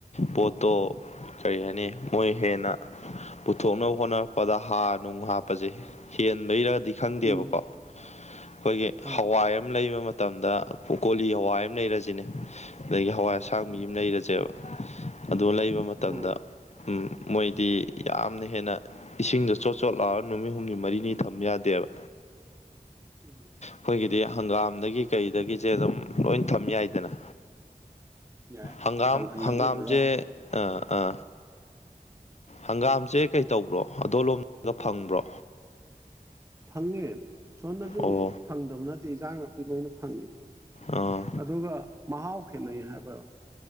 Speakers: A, on the left; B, on the right.
A: ꯄꯣꯠꯇꯣ ꯀꯔꯤ ꯍꯥꯏꯅꯤ ꯃꯣꯏ ꯍꯦꯟꯅ ꯄꯨꯊꯣꯛꯅꯕ ꯍꯣꯠꯅꯔꯛꯄꯗ ꯍꯥꯔ ꯅꯨꯡ ꯍꯥꯞꯄꯁꯦ ꯍꯦꯟꯕꯩꯔꯒꯗꯤ ꯈꯪꯗꯦꯕꯀꯣ
B: ꯎꯝ ꯎꯝ
A: ꯑꯩꯈꯣꯏꯒꯤ
B: ꯍꯣꯏ
A: ꯍꯋꯥꯏ ꯑꯃ ꯂꯩꯕ ꯃꯇꯝꯗ ꯀꯣꯂꯤ ꯍꯋꯥꯏ ꯑꯃ ꯂꯩꯔꯁꯤꯅꯦ ꯑꯗꯒꯤ ꯍꯋꯥꯏꯁꯦ ꯁꯥꯡꯕꯤ
B: ꯎꯝ
A: ꯑꯃ ꯂꯩꯔꯁꯦꯕ ꯑꯗꯣ ꯂꯩꯕ ꯃꯇꯝꯗ
B: ꯍꯣꯏ
A: ꯎꯝ ꯃꯣꯏꯗꯤ ꯌꯥꯝꯅ ꯍꯦꯟꯅ ꯏꯁꯤꯡꯗ ꯆꯣꯠ ꯆꯣꯠ ꯂꯥꯎꯔ ꯅꯨꯃꯤꯠ ꯍꯨꯝꯅꯤ ꯃꯔꯤꯅꯤ ꯊꯝ ꯌꯥꯗꯦꯕ
B: ꯎꯝ
A: ꯑꯈꯣꯏꯒꯤꯗꯤ ꯍꯪꯒꯥꯝꯗꯒꯤ ꯀꯩꯗꯒꯤꯖꯦ ꯑꯗꯨꯝ ꯂꯣꯏ ꯊꯝ ꯌꯥꯏꯗꯅ
B: ꯌꯥꯏ
A: ꯍꯪꯒꯥꯝ
B: ꯀꯪꯍꯜꯂꯒ
A: ꯍꯪꯒꯥꯝ
B: ꯑꯣꯏꯔꯣ
A: ꯖꯦ ꯑ ꯑ ꯍꯪꯒꯥꯝꯆꯦ ꯀꯩ ꯇꯧꯕ꯭ꯔꯣ ꯑꯗꯣ ꯂꯣꯝꯗ ꯐꯪꯕ꯭ꯔꯣ
B: ꯐꯪꯉꯦ ꯁꯣꯝꯗꯁꯨ
A: ꯑꯣ
B: ꯐꯪꯗꯕ ꯅꯠꯇꯦ ꯏꯟꯖꯥꯡ ꯅꯥꯄꯤ ꯂꯣꯏꯅ ꯐꯪꯉꯦ
A: ꯑꯥ
B: ꯑꯗꯨꯒ ꯃꯍꯥꯎ ꯈꯦꯠꯅꯩ ꯍꯥꯏꯕ